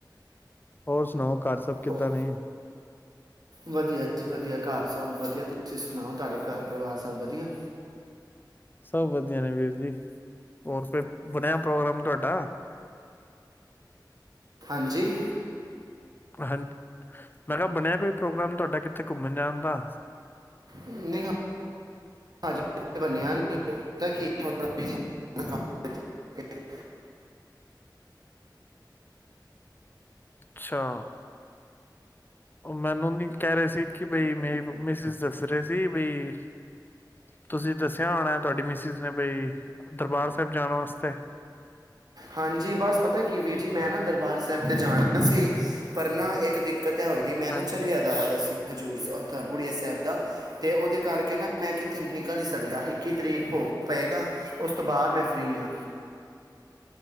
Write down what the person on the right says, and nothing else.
ਹੋ
ਵਧੀਆ ਜੀ ਵਧੀਆ, ਘਰ ਸਭ ਵਧੀਆਂ, ਤੁਸੀਂ ਸੁਣਾਓ, ਤੁਹਾਡੇ ਘਰ ਪਰਿਵਾਰ ਸਭ ਵਧੀਆਂ।
ਹਾਂਜੀਅ।
ਨਹੀਂ ਹਲੇ ਹਜੇ ਬੱਣਿਆ ਨੀਂ ਪਤਾ ਕੀ ਥੋੜਾਂ ਬਿਜੀ ਕੰਮ ਚ।
ਹਾਂਜੀ, ਬਸ ਪਤਾ ਕੀ ਵੀਰ ਜੀ, ਮੈਂ ਨਾ ਦਰਬਾਰ ਸਾਹਿਬ ਤਾਂ ਜਾਣਾਂ ਸੀ। ਪਰ ਨਾ ਇੱਕ ਦਿਕਤ ਕਤਿਆ ਹੋਈ ਦੀ ਮੈ
ਨਾ ਚਲਿਆ ਜਾਂ ਰਿਹਾਂ ਸੀ। ਹਜ਼ੂਰ ਸਾਹਿਬ ਉਥੇ ਬੁੜੀਆਂ ਸਾਹਿਬ ਦਾ ਤੇ, ਉਹਦੇ ਕਰਕੇ ਨਾਂ ਮੈਂ ਕਿੱਥੇ ਨਿਕਲ਼ ਨੀਂ ਸਕਦਾਂ ਇੱਕੀ ਤਰੀਕ ਭੋਗ ਪਏਗਾ ਉਸ ਤੋਂ ਬਾਅਦ ਮੈਂ ਫ੍ਰੀ ਹਾਂ।